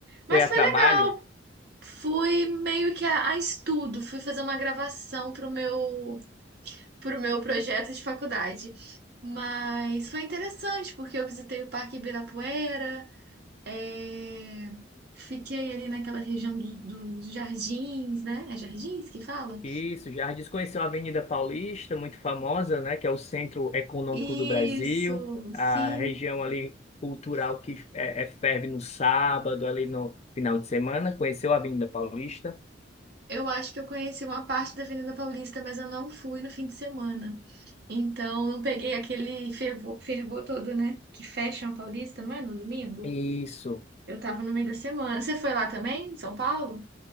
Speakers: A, on the right; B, on the left.
A: Mas
B: Foi a
A: foi
B: trabalho?
A: legal. Fui meio que a, a estudo, fui fazer uma gravação para o meu pro meu projeto de faculdade. Mas foi interessante, porque eu visitei o Parque Ibirapuera, é, fiquei ali naquela região do- dos jardins, né? É jardins que fala?
B: Isso, Jardim conheceu a Avenida Paulista, muito famosa, né, que é o centro econômico
A: Isso,
B: do Brasil, a
A: sim.
B: região ali cultural que é, é ferve no sábado, ali no final de semana, conheceu a Avenida Paulista.
A: Eu acho que eu conheci uma parte da Avenida Paulista, mas eu não fui no fim de semana. Então, não peguei aquele fervor, fervor todo, né? Que fecham a Paulista, não é? No domingo?
B: Isso,
A: Eu tava no meio da semana. Você foi lá também, em São Paulo?